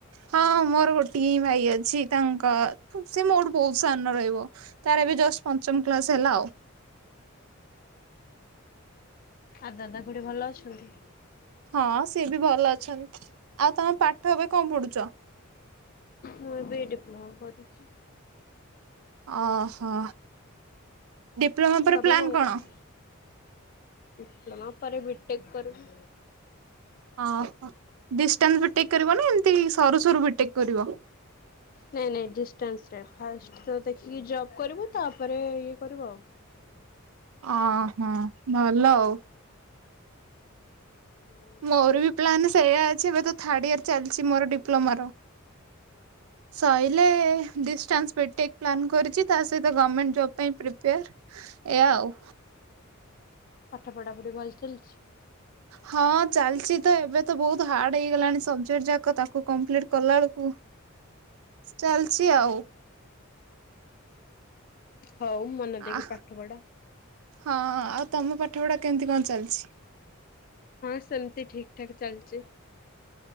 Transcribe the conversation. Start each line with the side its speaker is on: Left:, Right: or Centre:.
Right: ହଁ ମୋର ଗୋଟିଏ ହିଁ ଭାଇ ଅଛି ତାଙ୍କ ସେ ମୋଠୁ ବହୁତ ସାନ ରହିବ। ତାର ଏବେ ଜଷ୍ଟ ପଞ୍ଚମ କ୍ଲାସ ହେଲା ଆଉ।
Left: ଆଉ ଦାଦା ଖୁଡ଼ି ଭଲ ଅଛନ୍ତି?
Right: ହଁ ସିଏ ବି ଭଲ ଅଛନ୍ତି ଆଉ ତମ ପାଠ ଏବେ କଣ ପଢୁଛ?
Left: ମୁଁ ଏ ବି ଡିପ୍ଲୋମା କରୁଛି।
Right: ଓହୋ ଡିପ୍ଲୋମା ପରେ
Left: ତମେ
Right: ପ୍ଲାନ୍ କଣ?
Left: କରୁଛ? ଡିପ୍ଲୋମା ପରେ ବି ଟେକ୍ କରୁବୁ।
Right: ଓହୋ ଡିଷ୍ଟାନ୍ସ ବି ଟେକ୍ କରିବ ନା ଏମିତି ସରୁ ସରୁ ବି ଟେକ୍ କରିବ।
Left: ନାଇଁ ନାଇ ଡିଷ୍ଟାନ୍ସ ରେ ଫାର୍ଷ୍ଟ ଦେଖିକି ଜବ କରିବୁ। ତାପରେ ଇଏ କରିବୁ ଆଉ।
Right: ଅ ହ ଭଲ ଆଉ।
Left: ହୁଁ।
Right: ମୋର ବି ପ୍ଲାନ୍ ସେଇୟା ଅଛି ଏବେ ତ ଥାର୍ଡ ଇୟର ଚାଲିଛି ମୋର ଡିପ୍ଲୋମାର ସଇଲେ ଡିଷ୍ଟାନ୍ସ ବିଟେକ୍ ପ୍ଲାନ୍ କରିଛି ତା ସହିତ ଗମେଣ୍ଟ ଜବ୍ ପାଇଁ ପ୍ରିପେୟାର ଏଇଆ ଆଉ।
Left: ପାଠ ପଢା ପଢି ଭଲ ଚାଲିଛି?
Right: ହଁ ଚାଲିଛି ତ ଏବେ ତ ବହୁତ ହାର୍ଡ ହେଇଗଲାଣି ସବଜେକ୍ଟ ଯାକ ତାକୁ କମ୍ପ୍ଲିଟ୍ କଲାଳକୁ
Left: ହ <unintelligible>
Right: ଚାଲିଛି ଆଉ।
Left: ହଉ ମନ ଦେଇକି
Right: ଆ
Left: ପାଠ ପଢ।
Right: ହଁ ଆଉ ତମ ପାଠପଢ଼ା କେମିତି କଣ ଚାଲିଛି?
Left: ହଁ ସେମିତି ଠିକ ଠାକ୍ ଚାଲିଚି।